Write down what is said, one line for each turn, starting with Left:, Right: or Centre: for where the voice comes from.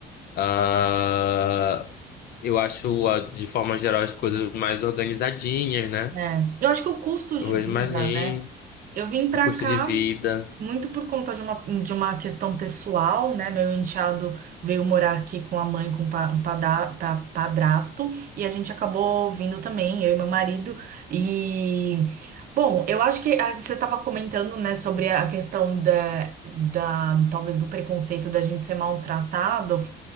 Left: Ah, eu acho, ah, de forma geral, as coisas mais organizadinhas, né?
Right: É. Eu acho que o custo
Left: Eu
Right: de
Left: vejo
Right: vida,
Left: mais limpo,
Right: né? Eu vim pra
Left: o custo
Right: cá
Left: de vida.
Right: muito por conta de uma, de uma questão pessoal, né? Meu enteado veio morar aqui com a mãe, com o pa- pada- pa- padrasto, e a gente acabou vindo também, eu e meu marido. E, bom, eu acho que ah, você estava comentando, né, sobre a questão da, da, talvez do preconceito da gente ser maltratado.